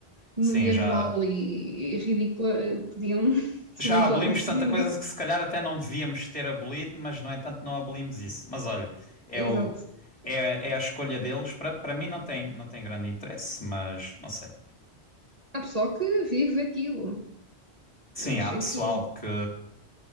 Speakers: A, on the right (about 35°); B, on the left (about 30°).
A: medieval
B: sim, já.
A: e, e ridícula, podiam <laughs>
B: Já
A: também
B: abolimos
A: já ir por
B: tanta
A: aí.
B: coisa que se calhar até não devíamos ter abolido, mas no entanto não abolimos isso. Mas olha, é
A: Exato.
B: o, é, é a escolha deles. Para para mim não tem, não tem grande interesse, mas não sei.
A: Há pessoal que vive aquilo,
B: Sim,
A: mas
B: há
A: enfim,
B: pessoal que,